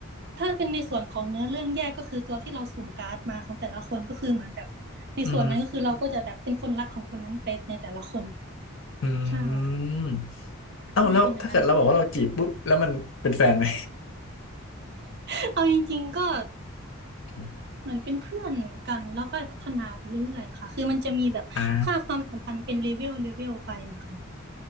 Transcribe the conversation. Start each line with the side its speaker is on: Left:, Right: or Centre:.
Right: ถ้าเป็นในส่วนของเนื้อเรื่องแยกก็คือตัวที่เราสุ่มการ์ดมาของแต่ละคนก็คือเหมือนแบบในส่วนนั้นก็คือเราก็จะแบบเป็นคนรักของคนนั้นไปในแต่ละคน
Left: อืมอื
Right: ใช่ค่ะ
Left: ม เอ้าแล้วถ้าเกิดเราบอกว่าเราจีบปุ๊บแล้วมันเป็นแฟนไหม
Right: มันจะเป็นอย่างนั้น <laughs> เอาจริงๆก็
Left: <laughs>
Right: เหมือนเป็นเพื่อนกันแล้วค่อยพัฒนาไปเรื่อยๆอะค่ะคือมันจะมีแบบค่าความสัมพันธ์เป็นเลเวลเลเวลไปอะค่ะ
Left: อ่า